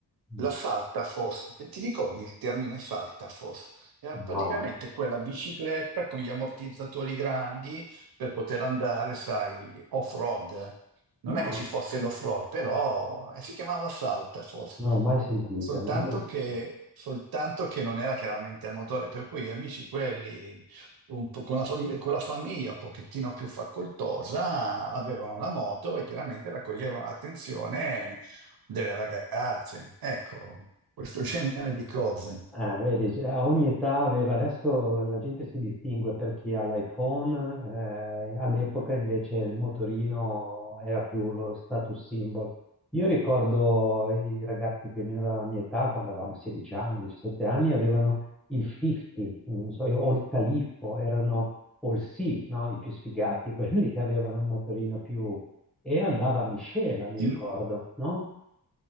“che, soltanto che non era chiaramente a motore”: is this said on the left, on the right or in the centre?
Right